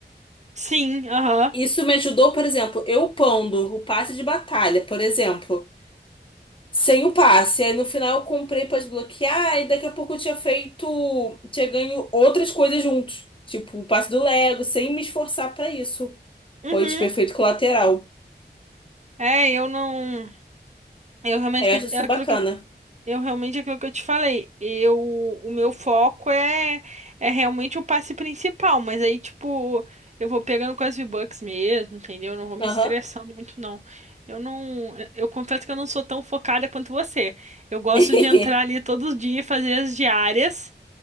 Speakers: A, on the right (about 40°); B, on the left (about 30°).
A: Sim, aham.
B: Isso me ajudou, por exemplo, eu upando o passe de batalha, por exemplo. sem o passe. Aí no final eu comprei pra desbloquear e daqui a pouco eu tinha feito, tinha ganho outras coisas juntos. Tipo, o passe do Lego, sem me esforçar pra isso.
A: Uhum.
B: Foi, tipo, efeito colateral.
A: É, eu não. Eu realmente.
B: Aí eu acho isso
A: É aquilo
B: bacana.
A: que Eu realmente aquilo que eu te falei, eu o meu foco é é realmente o passe principal, mas aí tipo, eu vou pegando com as V-Bucks mesmo, entendeu? Eu Não vou me
B: Aham.
A: estressando muito não. Eu não, eu confesso que eu não sou tão focada quanto você. Eu gosto
B: <laughs>
A: de entrar ali todos os dias, fazer as diárias